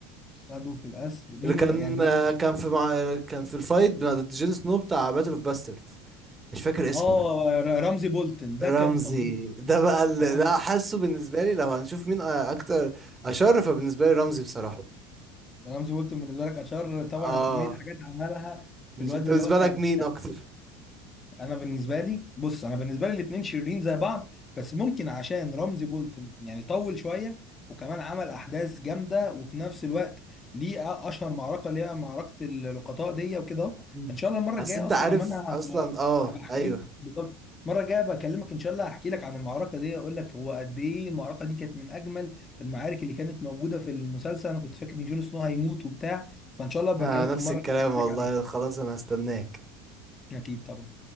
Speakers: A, on the left; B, on the right.
A: خدوا في القصر مين
B: اللي كان
A: اللي يعني مين
B: آه، كان في مع... آه، كان في الفايت ضد جون سنو بتاع باتل اوف باسترد مش فاكر اسمه
A: اه ر- رمزي بولتن ده
B: رمزي
A: كان فظيع
B: ده بقى اللي
A: رمزي
B: ده حاسه بالنسبة لي لو هنشوف مين أكتر أشر فبالنسبة لي رمزي بصراحة
A: رمزي بولتن بالنسبه لك اشار طبعا
B: اه
A: كميه حاجات عملها
B: مش
A: في الواد
B: أنت
A: اللي
B: بالنسبة
A: هو كان
B: لك مين أكتر؟
A: انا بالنسبه لي بص انا بالنسبه لي الاثنين شريرين زي بعض بس ممكن عشان رمزي بولتن يعني طول شويه وكمان عمل احداث جامده وفي نفس الوقت ليه أ- اشهر معركه اللي هي معركه اللقطاء دي وكده أهو.
B: مم.
A: ان شاء الله المره
B: حاسس
A: الجايه
B: أنت
A: اصلا
B: عارف
A: لما انا
B: أصلا
A: هبقى
B: اه
A: هبقى احكي
B: أيوه
A: لك بالظبط المره الجايه بكلمك ان شاء الله هحكي لك عن المعركه دي اقول لك هو قد ايه المعركه دي كانت من اجمل المعارك اللي كانت موجوده في المسلسل انا كنت فاكر ان جون سنو هيموت وبتاع فان شاء الله بكلمك
B: آه نفس
A: المره
B: الكلام
A: الجايه احكي
B: والله
A: لك عليها
B: خلاص أنا هستناك
A: اكيد طبعا